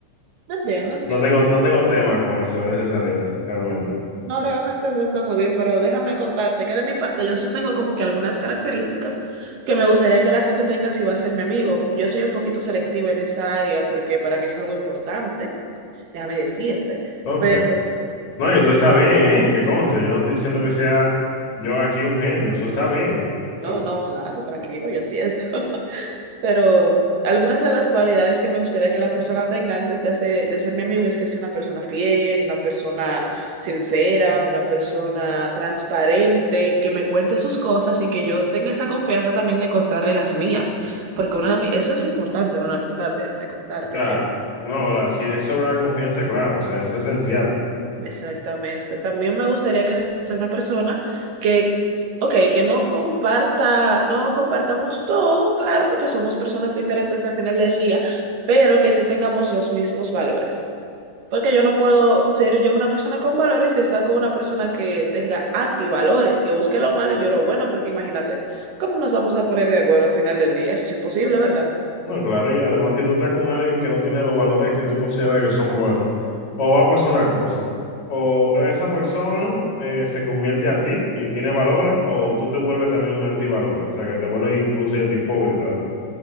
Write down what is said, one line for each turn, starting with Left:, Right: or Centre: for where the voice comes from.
Right: No entiendo.
Left: No tengo, no tengo tema con eso, gracias a Dios, realmente.
Right: No, realmente no está muy bien, pero déjame contarte que de mi parte yo sí tengo como que algunas características que me gustaría que la gente tenga si va a ser mi amigo. Yo soy un poquito selectiva en esa área porque para mí es algo importante, déjame decirte,
Left: Ok.
Right: pero
Left: No, y eso está bien, ¿eh? Que conste, yo no estoy diciendo que sea yo aquí un genio, eso está bien. O
Right: no,
Left: sea,
Right: no, claro, tranquilo, yo entiendo. <laughs> pero algunas de las cualidades que me gustaría que la persona tenga antes de, hacer, de ser mi amigo es que sea una persona fiel, una persona sincera, una persona transparente, que me cuente sus cosas y que yo tenga esa confianza también de contarle las mías, porque una, ami- eso es importante en una amistad, déjame contarte,
Left: o sea, no, la- si es sobre la confianza, claro, o sea, es esencial.
Right: Exactamente. También me gustaría que sea una persona que, ok, que no comparta, no compartamos todo, claro, porque somos personas diferentes al final del día, pero que sí tengamos los mismos valores. Porque yo no puedo ser yo una persona con valores y estar con una persona que tenga antivalores, que busque lo malo y yo lo bueno, porque imagínate, ¿cómo nos vamos a poner de acuerdo al final del día? Eso es imposible, ¿verdad?
Left: Bueno, claro, y además si tú estás con alguien que no tiene los valores que tú consideras que son buenos, o va a pasar una cosa, o esa persona eh, se convierte a ti y tiene valores, o tú te vuelves también un antivalores, o sea, que te vuelves incluso hasta hipócrita.